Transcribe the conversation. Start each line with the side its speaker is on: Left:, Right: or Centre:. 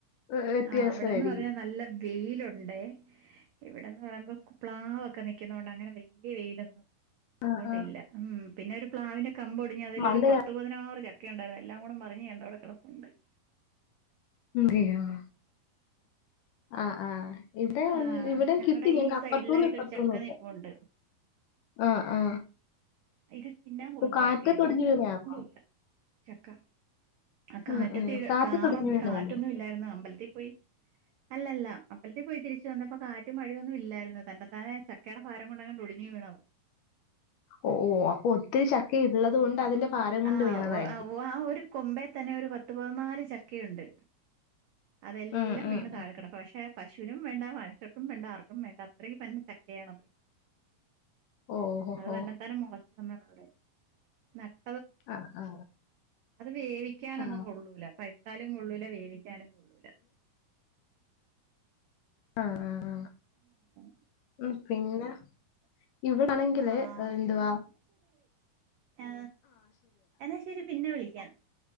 Left: ഏ, വ്യത്യാസമായിരിക്കും
Right: ആ അവിടെന്ന് പറയാ നല്ല വെയിലുണ്ടേ, ഇവിടെന്ന് പറയുമ്പോ പ്ലാവൊക്കെ നിക്കുന്ന കൊണ്ട് അങ്ങനെ വെല്യ വെയിലൊന്നും അങ്ങോട്ടില്ല
Left: ആ ആ.
Right: ഉം പിന്നെ ഒരു പ്ലാവിനെ കമ്പൊടിഞ്ഞ് അതിലൊരു
Left: മണ്ണിന്
Right: പത്തു പതിനാറ് ചക്ക ഒണ്ടായിരുന്നു, എല്ലാം കൂടെ മറിഞ്ഞ് ആണ്ടെ അവിടെ കെട കൊണ്ടോയി.
Left: <unintelligible> ആ ആഹ് ഇവിടെ വ്
Right: ആഹ്
Left: ഇവിടെ
Right: ഞങ്ങടെ
Left: കിട്ടി ഞങ്ങക്ക്
Right: ഈ
Left: അപ്പർത്തൂന്നും
Right: സൈഡിലായിട്ടൊരു
Left: ഇപ്പറത്തൂന്നൊക്കെ,
Right: ചക്ക നിപ്പുണ്ട്
Left: ആ ആ
Right: ഇത് തിന്നാൻ കൊള്ളുന്ന
Left: കാറ്റത്തൊടിഞ്ഞു
Right: ചക്കയല്ല
Left: വീണയാണോ?
Right: കൊള്ളൂല ചക്ക ആ കാറ്റത്തി
Left: ഉം ഉം കാറ്റത്തൊടിഞ്ഞു
Right: കാറും
Left: വീണതാണോ?
Right: കാറ്റൊന്നി ല്ലായിരുന്നു അമ്പലത്തിൽ പോയി അലല്ല അപ്പലത്തിൽ പോയി തിരിച്ച് വന്നപ്പോ കാറ്റും മഴയൊന്നും ഇല്ലായിരുന്നു തന്നെ താനെ ചക്കയുടെ ഭാരം കൊണ്ട് അങ്ങട്ട് ഒടിഞ്ഞു വീണവ
Left: ഓ ഓ അപ്പൊ ഒത്തിരി ചക്ക ഇള്ളത് കൊണ്ട് അതിന്റെ ഭാരം കൊണ്ട്
Right: ആ <unintelligible>
Left: വീണതായിരിക്കും.
Right: ഒരു കൊമ്പെ തന്നെ ഒരു പത്ത് പതിനാല് ചക്കയുണ്ട് അതെല്ലാം
Left: ഉം ഉം
Right: വീണ് താഴെ
Left: ഉം
Right: കിടക്ക പക്ഷെ പശുനും വേണ്ട വായഷർക്കും വേണ്ട ആർക്കും വേണ്ട അത്രയും പന്നെ ച- കേണത്
Left: ഓഹോ ഹോ
Right: അത്
Left: ഹോ
Right: തന്നെത്താല മൊള <unintelligible>
Left: അ ആ
Right: അത് വേവിക്കാനൊന്നും
Left: ആ
Right: കൊള്ളൂല പയ് താലും ഉുള്ളൂല വേവിക്കാനും കൊള്ളൂല.
Left: ആ ആ ആ
Right: <unintelligible>
Left: <unintelligible> ഇവിടാണെങ്കില്
Right: ആഹ്
Left: എന്തുവാ
Right: ആ എന്നാ ശരി പിന്നെ വിളിക്കാ